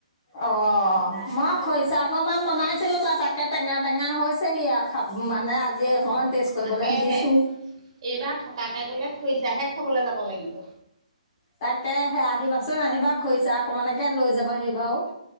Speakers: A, on the left (about 30°); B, on the right (about 45°).
A: অ মই খৰিচা অকনমান বনাইছিলো বাৰ তাক একে টেঙা টেঙা হৈছেহি আৰু খাব মানে আজি
B: অ',
A: অকমান টেষ্ট কৰিবলৈ
B: তাকেহে
A: দিছো
B: এইবাৰ থকাকে গলে খুইছাহে খাবলৈ যাব লাগিব
A: তাকে সে আহিবাচোন আহিবা খৰিছা অকমানেকে লৈ যাবা আহিবা আৰু